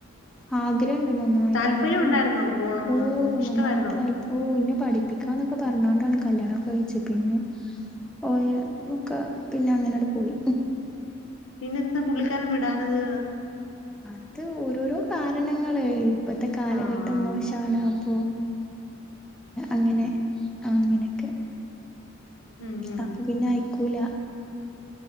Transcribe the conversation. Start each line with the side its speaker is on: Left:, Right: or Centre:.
Centre: ആദ്യം <unintelligible>
Left: താല്പര്യം ഉണ്ടായിരുന്നോ പോണോന്ന്
Centre: ഓ
Left: ഇഷ്ടമായിരുന്നോ
Centre: നന്നായിട്ട് വാ ഓ ഇന്നെ പഠിപ്പിക്കാന്നൊക്കെ പറഞ്ഞതാണ് കല്യാണവൊക്കെ കഴിച്ചാ പിന്നെ ഓ ഒക്കെ പിന്നെ അങ്ങനെയങ്ങട്ട് പോയി
Left: പിന്നെ എന്താ പുള്ളിക്കാരൻ വിടാഞ്ഞത്
Centre: അത് ഓരോരോ കാരണങ്ങ ള് ഇപ്പത്തെ കാലഘട്ടം
Left: ആ ആ.
Centre: മോശമാണ് അപ്പൊ അങ്ങനെ അങ്ങനെയൊക്കെ
Left: ഉം ഉം
Centre: അപ്പൊ പിന്നെ അയ്ക്കൂല